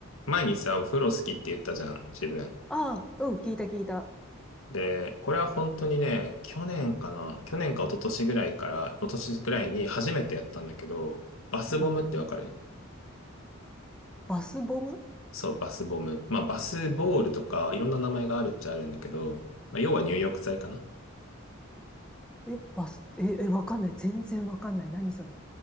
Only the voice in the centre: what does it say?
ああ、うん、聞いた聞いた。
うん。バスボム
え、バス、え、え、わかんない。全然わかんない。何それ。